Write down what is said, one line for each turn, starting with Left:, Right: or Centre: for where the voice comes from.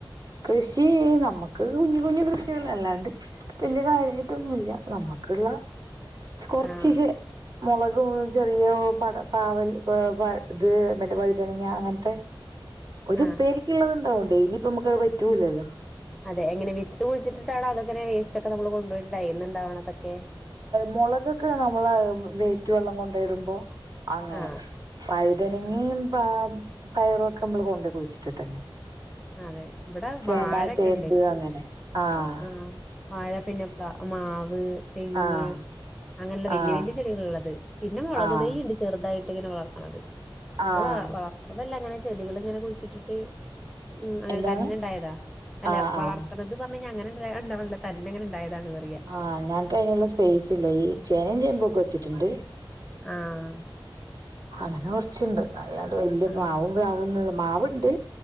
Right: കൃഷി നമ്മക്ക് കുഞ്ഞു കുഞ്ഞു കൃഷികൾ അല്ലാണ്ട്. വല്യ കാര്യമായിട്ടൊന്നുല്ല നമ്മക്ക്ള്ള. കൊറച്ചി
Centre: ആഹ്
Right: ചെ മുളകു ചെറിയ പടം പാവൽ ഇത് മറ്റെ വഴുതനങ്ങ അങ്ങനത്തെ. ഒരു
Centre: ആഹ്
Right: ഉപേരിക്ള്ളത്ണ്ടാവും ഡെയിലി ഇപ്പ നമുക്ക് അത് പറ്റൂല്ലല്ലോ?
Centre: അതെ എങ്ങനെ വിത്ത് കുഴിച്ചിട്ടാണോ അതോ ഇങ്ങനെ വേസ്റ്റ് ഒക്കെ നമ്മൾ കൊണ്ട് പോയിട്ട് ആയിന്നണ്ടാവണ തൊക്കെ.
Right: മുളകൊക്കെ നമ്മളെ വേസ്റ്റ് വെള്ളം കൊണ്ടോയിടുമ്പോ? അങ്ങനെ
Centre: ആഹ്
Right: വഴുതനങ്ങയും
Centre: ആഹ്
Right: പയറുംഒക്കെ നമ്മള് കൊണ്ട് കുഴിച്ചിട്ടിട്ടന്നെ
Centre: അതെ ഇവിടെ
Right: ചേന
Centre: വാഴൊക്കെ
Right: ചേമ്പ്
Centre: ഉണ്ട്
Right: അങ്ങനെ ആഹ്
Centre: ആഹ വാഴ പിന്നെ പ മാവ് തെങ്ങ്
Right: ആഹ്
Centre: അങ്ങനെയുള്ള വലിയ
Right: ആഹ്
Centre: വലിയ ചെടികൾ ഉള്ളത് പിന്നെ മുളകു
Right: ആഹ്
Centre: തൈ ഉണ്ട് ചെറുതായിട്ട് ഇങ്ങനെ വളർത്തണത് അത്
Right: ആഹ്
Centre: വ വളർത്തുന്നത് അല്ല ഇങ്ങനെ ചെടികൾ ഇങ്ങനെ കുഴിച്ചിട്ടിട്ട് ഉ അങ്ങനെ
Right: എന്താണ്
Centre: തന്നെണ്ടായതാ അല്ല
Right: ആഹ്
Centre: വളർത്തണത്
Right: ആഹ്
Centre: അങ്ങനെണ്ടല്ല തന്നെങ്ങനെ ഉണ്ടായതാണ്ന്ന് പറയുക
Right: ആഹ് ഞങ്ങക്ക് അതിനുള്ള സ്പേസ്ല്ല ഈ ചേനയും ചേുമമ്പൊ ഒക്കെ വെച്ചിട്ടുണ്ട്
Centre: ആഹ
Right: അങ്ങനെ കൊറച്ചുണ്ട് അല്ലാണ്ട് വല്യ
Centre: ആഹ്
Right: മാവും പാവുംള്ള മാവുണ്ട്